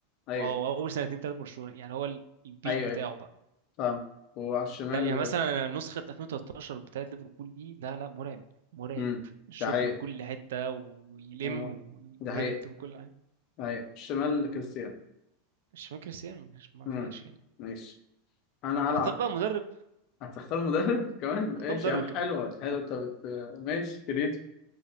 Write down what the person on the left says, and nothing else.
أيوه
أيوه
أيوه
فاهم وعلى الشمال
امم
ده حقيقة
اه
ده حقيقة
أيوه الشمال كريستيانو
امم
ماشي أنا هلعب
هتختار مدرب كمان ماشي
يا عم حلوة
حلوة أنت بت... ماشي كريتو